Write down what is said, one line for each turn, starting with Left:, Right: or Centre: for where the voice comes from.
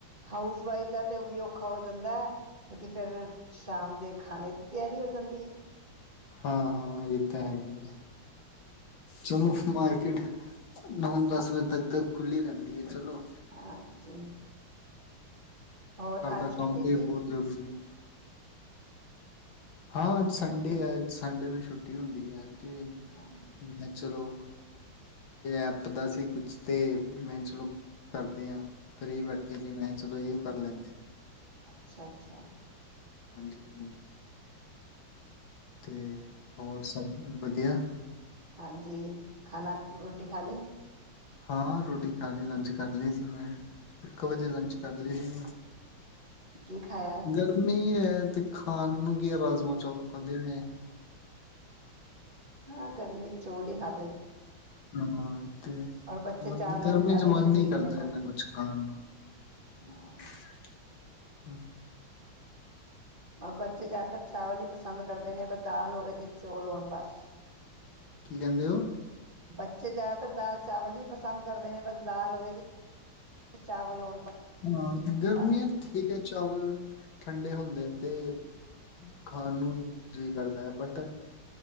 Right: ਹਾਊਸ ਵਾਈਫ ਦਾ ਤੇ ਵੀ ਔਖਾ ਹੋ ਜਾਂਦਾ ਹੈ ਕਿਉਂਕਿ ਫਿਰ ਸ਼ਾਮ ਦੇ ਖਾਣੇ ਦੀ ਤਿਆਰੀ ਹੋ ਜਾਂਦੀ ਹੈ।
Left: ਹਾਂ-ਹਾਂ ਇਹ ਤਾਂ ਹੈਗੀ ਆ ਚਲੋ ਮਾਰਕੀਟ ਨੌ ਦਸ ਵਜੇ ਤੱਕ ਖੁੱਲੀ ਰਹਿੰਦੀ ਹੈ ਚਲੋ
Right: ਹਾਂਜੀ, ਹੋਰ ਅੱਜ
Left: ਦਾ
Right: ਛੁੱਟੀ
Left: ਕੰਮ ਵੀ
Right: ਸੀ।
Left: ਬਹੁਤ ਜ਼ਰੂਰੀ ਹੈ ਹਾਂ, ਅੱਜ ਸੰਡੇ ਹੈ ਸੰਡੇ ਨੂੰ ਛੁੱਟੀ ਹੁੰਦੀ ਹੈ। ਤੇ ਮੈਂ
Right: ਅੱਛਾ
Left: ਚਲੋ। ਐਪ ਦਾ ਸੀ ਕੁਛ ਤੇ ਮੈਂ ਚਲੋ ਕਰਦੇ ਹਾਂ ਫਰੀ ਬੈਠੇ ਸੀ ਮੈਂ ਚਲੋ ਇਹ ਕਰ ਲੈਂਦੇ ਹਾਂ
Right: ਅੱਛਾ-ਅੱਛਾ,
Left: ਹਾਂਜੀ-ਹਾਂਜੀ, ਤੇ ਹੋਰ ਸਭ ਵਧੀਆ? ਵਧੀਆ,
Right: ਹਾਂਜੀ, ਖਾਣਾ, ਰੋਟੀ ਖਾਲੀ
Left: ਹਾਂ, ਰੋਟੀ ਖਾ ਲਈ ਲੰਚ ਕਰ ਲਈ ਸੀ ਮੈਂ ਇੱਕ ਵਜੇ ਲੰਚ ਕਰ ਲਈ ਸੀ ਮੈਂ
Right: ਕੀ ਖਾਇਆ
Left: ਗਰਮੀ ਹੈ ਤੇ ਖਾਣ ਨੂੰ ਕੀ ਹੈ ਰਾਜਮਾਂ ਚਾਵਲ ਖਾਧੇ ਮੈਂ,
Right: ਹਾਂ ਗਰਮੀ ਚੋਲ ਖਾ,
Left: ਹਾਂ ਤੇ
Right: ਔਰ ਬੱਚੇ
Left: ਬ
Right: ਚਾਵਲਾਂ
Left: ਗਰਮੀ
Right: ਦੇ ਜ਼ਿਆਦਾ
Left: ਚ
Right: ਹੀ
Left: ਮਨ
Right: ਸ਼ੌਕੀਨ
Left: ਨੀ ਕਰਦਾ
Right: ਨੇ
Left: ਇਨਾ ਕੁਛ ਖਾਣ ਨੂੰ
Right: ਹਾਂ
Left: <unintelligible> ਹੂੰ,
Right: ਮ ਬੱਚੇ ਜਿਆਦਾਤਰ ਚਾਵਲ ਈ, ਪਸੰਦ ਕਰਦੇ ਨੇ ਦਾਲ ਹੋਵੇ ਤੇ ਚੌਲ ਹੋਣ ਬਸ
Left: ਕੀ ਕਹਿੰਦੇ ਔ।
Right: ਬੱਚੇ ਜ਼ਿਆਦਾਤਰ ਦਾਲ ਚਾਵਲ ਹੀ ਪਸੰਦ ਕਰਦੇ ਨੇ ਬਸ ਦਾਲ ਹੋਵੇ ਤੇ ਚਾਵਲ ਹੋਣ
Left: ਹਾਂ ਗਰਮੀ
Right: ਬਸ
Left: ਹੈ ਠੀਕ ਹੈ ਚਾਵਲ ਠੰਡੇ ਹੁੰਦੇ ਨੇ ਤੇ ਖਾਣ ਨੂੰ ਵੀ ਜੀਅ ਕਰਦਾ ਹੈ ਬਟ